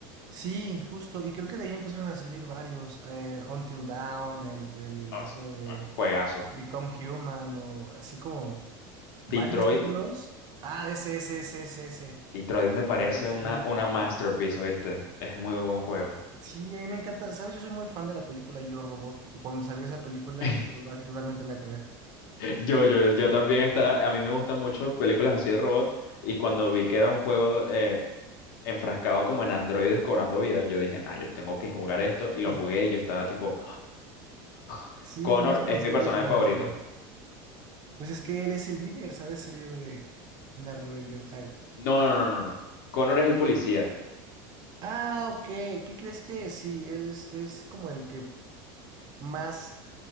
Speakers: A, on the right (about 35°); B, on the left (about 80°).
A: Sí, justo. Y creo que de ahí empezaron a salir varios. eh, Until Dawn, el, el
B: O
A: otro
B: sea,
A: de
B: Juegazo.
A: Become Human, o así como
B: Detroit
A: varios títulos. Ah, ese, ese, ese, ese, ese.
B: Y Troid me parece
A: Ay, Sí,
B: una, una
A: sí,
B: masterpiece,
A: sí.
B: ¿viste? Es muy buen juego.
A: Sí, a mí me encanta. ¿Sabes? Yo soy muy fan de la película Yo Robot. Y cuando salió esa película,
B: <laughs>
A: me voló así totalmente la cabeza.
B: Yo, yo, yo también estaba a mí me gustan mucho películas así de robot y cuando vi que era un juego eh, enfrascado como en androides cobrando vida, yo dije, nah, yo tengo que jugar esto y lo
A: Sí,
B: jugué y yo estaba tipo, <gasps>
A: sí,
B: Connor
A: no es que
B: es
A: la historia
B: mi personaje
A: es buenísima.
B: favorito.
A: Pues es que él es el líder, ¿sabes? El líder de la rebelión. Ah,
B: No, no, no, no, no. Connor es el policía.
A: Ah, ok. ¿Qué crees que sí? Él es, es como el que más